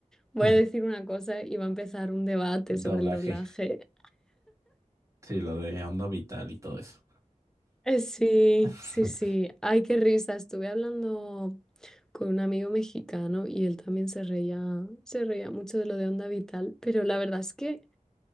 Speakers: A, in the centre; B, on the right.
A: voy
B: <laughs>
A: a decir una cosa y va a empezar un debate sobre
B: Doblaje.
A: el doblaje.
B: Sí, lo de Onda Vital y todo eso.
A: Eh, Sí,
B: <laughs>
A: sí, sí. Ay, qué risa. Estuve hablando con un amigo mexicano y él también se reía, se reía mucho de lo de Onda Vital, pero la verdad es que